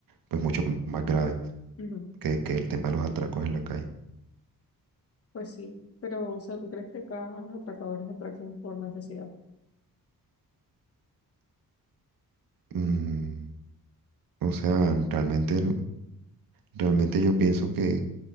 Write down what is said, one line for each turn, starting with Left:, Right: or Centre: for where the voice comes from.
Right: pues mucho más graves
Left: Ujú.
Right: que, que el tema de los atracos en la calle.
Left: Pues sí. Pero, o sea, ¿tú crees que acá a los atracadores atracan por necesidad?
Right: Mm, o sea, realmente, realmente yo pienso que,